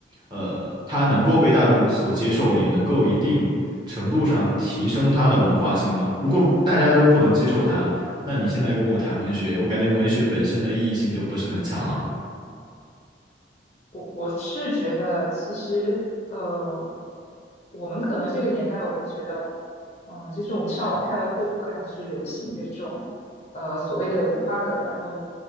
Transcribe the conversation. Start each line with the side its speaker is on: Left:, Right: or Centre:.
Right: 呃，它能够被大众所接受，也能够一定程度上提升它的文化性吧。如果大家都不能接受它，那你现在跟我谈文学，
Left: 嗯。
Right: 我感觉文学本身的意义性就不是很强了。
Left: 我我是觉得，其实呃，我们可能这个年代，我们觉得，嗯，就是我们上网看到各种各样就是流行的这种呃所谓的文化梗，然后